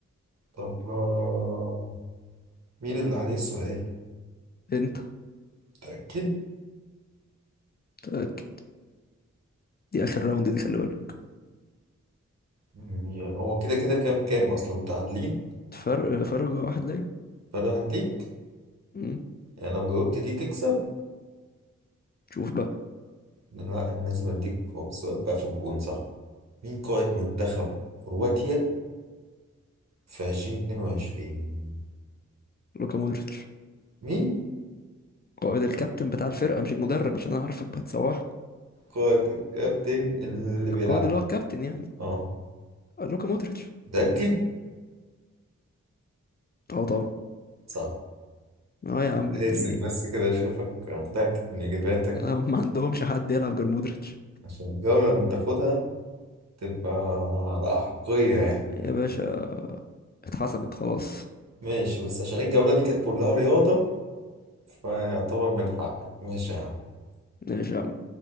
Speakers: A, on the right; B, on the left.
A: طب آه، مين اللي عليه السؤال
B: انت
A: متأكد
B: متأكد دي اخر راوند دي خلي بالك
A: م- هو كده كده كام كام اصلا متعادلين
B: فرق فرق واحد ليا
A: فانا هديك
B: مم.
A: يعني لو جاوبت دي تكسب
B: شوف بقى
A: لا انا لازم اديك سؤال بقى في الجون صح مين قائد منتخب كرواتيا في 2022
B: لوكا مودريتش
A: مين
B: قائد الكابتن بتاع الفرقة مش المدرب عشان انا عارفك هتسوحني
A: قائد الكابتن اللي بيلعب
B: القائد اللي هو الكابتن يعني
A: اه
B: لوكا مودريتش
A: متأكد
B: اه طبعا
A: صح
B: اه يا عم
A: هزك
B: انت في ايه
A: بس كده اشوفك متأكد من اجاباتك
B: آه، هم ما عندهمش حد يلعب غير مودريتش
A: عشان الجولة لما تاخدها تبقى على أحقية يعني
B: يا باشا اتحسمت خلاص
A: ماشي بس عشان الجولة دي كانت كلها رياضة فيعتبر من حقك ماشي يا عم
B: ماشي يا عم